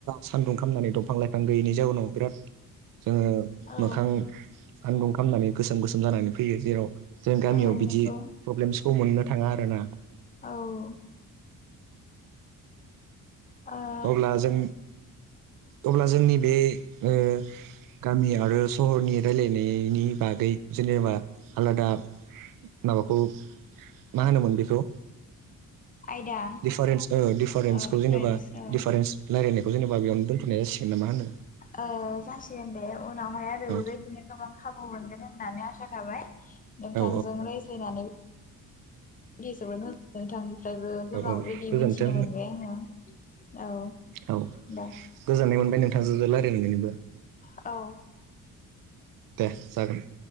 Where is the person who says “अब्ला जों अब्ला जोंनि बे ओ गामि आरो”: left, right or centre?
Right